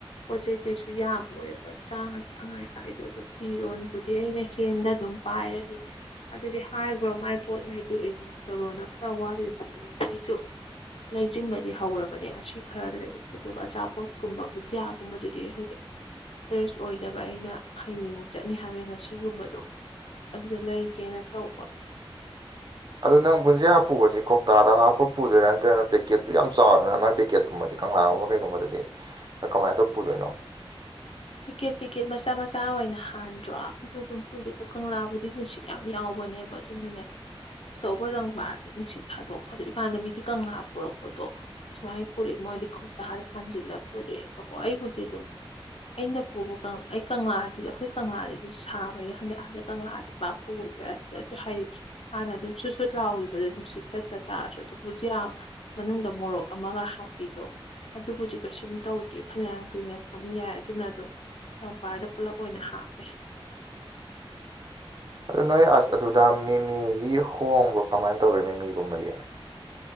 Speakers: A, on the left (about 85°); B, on the right (about 50°).
A: ꯄꯣꯠ ꯆꯩꯩ ꯀꯩꯁꯨ ꯌꯥꯝꯃꯣꯏꯕ ꯆꯥ ꯊꯥꯉꯥꯏ ꯍꯥꯏꯗꯣ ꯑꯗꯨꯝ ꯀꯤꯔꯣꯅꯕꯨꯗꯤ ꯑꯩꯅ ꯍꯦꯟꯗ ꯑꯗꯨꯝ ꯄꯥꯏꯔꯅꯤ ꯑꯗꯨꯗꯤ ꯍꯥꯏꯈ꯭ꯔꯣ ꯃꯥꯏ ꯄꯣꯠꯉꯩꯗꯨ ꯏꯟꯂꯤꯁꯇꯂꯣꯅ ꯈꯔ ꯋꯥꯠꯂꯤ ꯈꯂ ꯃꯤ ꯃꯤ ꯁꯨ ꯂꯩꯁꯤꯡꯕꯗꯤ ꯍꯧꯔꯕꯅꯦ ꯑꯁꯤ ꯈꯔ ꯂꯩ ꯑꯗꯨꯒ ꯑꯆꯥꯄꯣꯠꯀꯨꯝꯕ ꯕꯨꯖꯤꯌꯥꯒꯨꯝꯕꯗꯨꯗꯤ ꯍꯌꯦ ꯐ꯭ꯔꯦꯁ ꯑꯣꯏꯗꯕ ꯑꯩꯅ ꯍꯌꯦꯡ ꯆꯠꯅꯤ ꯍꯥꯏꯕꯩ ꯉꯁꯤꯒꯨꯝꯕꯗꯣ ꯑꯗꯨꯗ ꯂꯩꯒꯦꯅ ꯇꯧꯕ
B: ꯑꯗꯣ ꯅꯪꯕꯨꯟꯖꯦ ꯍꯥꯞꯄꯕꯁꯤ ꯀꯧꯇꯥꯗ ꯍꯥꯞꯄ ꯄꯨꯗꯣꯏꯥ ꯅꯠꯇ꯭ꯔꯅ ꯄꯦꯀꯦꯠꯇꯨ ꯌꯥꯝ ꯆꯥꯎꯔꯦꯅ ꯃꯥꯏ ꯄꯦꯀꯦꯠꯀꯨꯝꯕꯗꯤ ꯀꯪꯂꯥꯒꯨꯝꯕ ꯀꯩꯒꯨꯝꯕꯗꯗꯤ ꯀꯃꯥꯏꯅ ꯇꯧ ꯄꯨꯗꯣꯏꯅꯣ
A: ꯄꯤꯛꯀꯦꯠ ꯄꯤꯛꯀꯦꯠ ꯃꯆꯥ ꯃꯆꯥ ꯑꯣꯏꯅ ꯍꯥꯟꯗ꯭ꯔꯣ ꯑꯗꯨꯗꯣ ꯑꯗꯨꯝ ꯀꯨꯏꯗꯗꯣ ꯀꯪꯂꯥꯕꯨꯗꯤ ꯅꯨꯡ ꯌꯥꯝ ꯌꯥꯎꯕꯅꯦꯕ ꯑꯗꯨꯅꯅꯦ ꯑꯆꯧꯕ ꯔꯪ ꯃꯥꯔꯗꯣ ꯅꯨꯡꯁꯤꯠ ꯊꯥꯗꯣꯛꯄꯗꯣ ꯏꯃꯥꯟꯅꯕꯤꯗꯤ ꯀꯪꯂꯥ ꯄꯨꯔꯛꯄꯗꯣ ꯁꯃꯥꯏ ꯄꯨꯔꯦ ꯃꯣꯏꯗꯤ ꯈꯣ ꯇꯥ ꯈꯥꯟ ꯖꯤꯂꯥ ꯄꯨꯔꯦ ꯀꯋꯥꯕꯨ ꯑꯗꯨ ꯑꯩꯅ ꯄꯨꯕ ꯀꯪꯂꯥ ꯑꯩ ꯀꯪꯂꯥꯗꯤ ꯑꯩꯈꯣꯏ ꯀꯪꯂꯥꯗꯗꯤ ꯁꯥꯕ ꯈꯪꯗꯦ ꯑꯥꯗ ꯀꯪꯂꯥꯗꯤ ꯄꯄ ꯑꯗꯨꯗꯤ ꯑꯗꯨꯁꯨ ꯍꯥꯏ ꯍꯥꯟꯅ ꯑꯗꯨꯝ ꯁꯨꯠ ꯁꯨꯠ ꯂꯥꯎꯈꯤꯕꯗꯣ ꯅꯨꯡꯁꯤꯠ ꯆꯠꯇ ꯇꯥꯔꯁꯨ ꯑꯗꯨꯝ ꯍꯧꯖꯤꯛ ꯌꯥꯝ ꯃꯅꯨꯡꯗ ꯃꯣꯔꯣꯛ ꯑꯃꯒ ꯍꯥꯞꯄꯤꯗꯣ ꯑꯗꯨꯕꯨꯗꯤ ꯀꯩꯁꯨꯝ ꯇꯧꯗꯦ ꯐꯅꯌꯥꯝ ꯀꯨꯏꯅ ꯊꯝ ꯌꯥꯏꯦ ꯑꯗꯨꯅ ꯑꯗꯨꯝ ꯅꯄꯥꯔꯗ ꯄꯨꯂꯞ ꯑꯣꯏꯅ ꯍꯥꯞꯄꯦ
B: ꯑꯗ ꯅꯣꯏ ꯑꯁ ꯑꯗꯨꯗ ꯃꯤꯃꯤꯒꯤ ꯍꯣꯡꯕ꯭ꯔꯣ ꯀꯃꯥꯏꯅ ꯇꯧꯒꯦ ꯃꯃꯤꯒꯨꯝꯕꯗꯤ